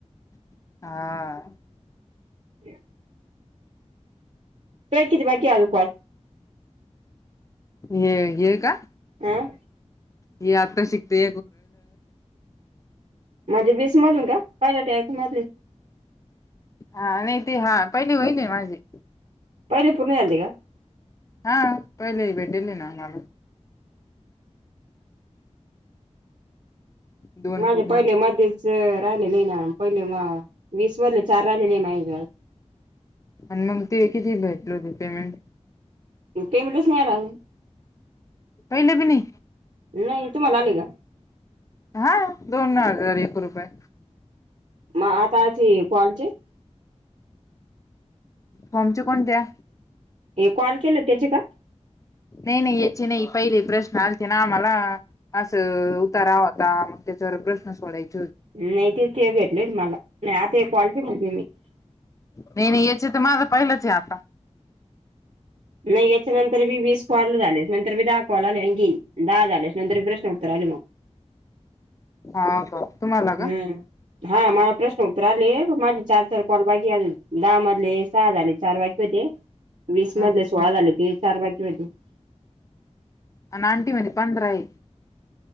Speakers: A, on the left; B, on the right.
A: हा.
B: <inaudible> <unintelligible>
A: ये ये का
B: अम्म?
A: ये आता शिकते
B: माझे वीस मधून का पहिल्या टेक मधली
A: हां नाही ते हां पहिले होईने माझे
B: पहिले पूर्ण झालते का?
A: हां पहिले भेटले नानाला दोन
B: माझे
A: पूर्ण
B: पहिले मध्येच राहिलेले ना पहिले म वीस मधले चार राहिलेल.
A: आणि मग ते किती भेटले होते पेमेंट?
B: पेमेंटच नाही आला हो
A: पहिले बी नाही.
B: नाही तुम्हाला आले का?
A: हां दोन हजार एक रुपये.
B: मग आताचे कॉलचे
A: फॉर्मचे कोणत्या?
B: हे कॉल केलं त्याचे का.
A: नाही नाही याचे नाही पहिले प्रश्न आलते ना ना आम्हाला असं उतारावंत? मग त्याच्यावर प्रश्न सोडायचा
B: नाही ते ते भेटले मला नाही आता हे कॉलट म्हणते मी <inaudible>
A: नाही नाही याचे तर माझं पहिलंच हे आता.
B: नाही याच्या नंतर मी वीस कॉल झालेस नंतर मी दहा कॉल आले आणखीन दहा झाल्यास नंतर प्रश्न उत्तर आले मग.
A: हा. का. तुम्हाला
B: हम्म.
A: का.
B: हा मला प्रश्न उत्तर आले. माझे चार चार कॉल बाकी दहामधले सहा झाले चार बाकी होते. वीस
A: ह
B: मधले सोळा झाले की चार बाकी होते.
A: आणि आंटी म्हणे पंधरा आहे.